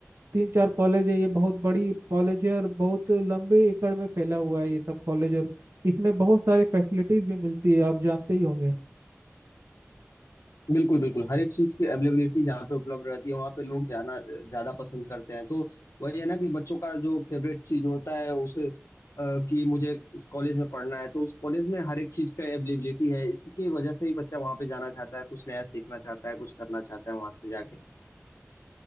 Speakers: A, on the right; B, on the left.
A: तीन चार कॉलेज है ये बहुत बड़ी कॉलेज है और बहुत लंबे एकड़ में फैला हुआ है ये सब कॉलेज और इसमें बहुत सारी फैसिलिटीज भी मिलती है आप जानते ही होंगे
B: बिल्कुल बिल्कुल हर एक चीज की अवेलेबिलिटी जहाँ पे उपलब्ध रहती है वहाँ पे लोग जाना ज्यादा पसंद करते हैं तो वही है ना कि बच्चों का जो फेवरेट चीज होता है उसे अ, कि मुझे इस कॉलेज में पढ़ना है तो उस कॉलेज में हर एक चीज का अवेलेबिलिटी है इसकी वजह से ही बच्चा वहाँ पे जाना चाहता है कुछ नया सीखना चाहता है कुछ करना चाहता है वहां से जाके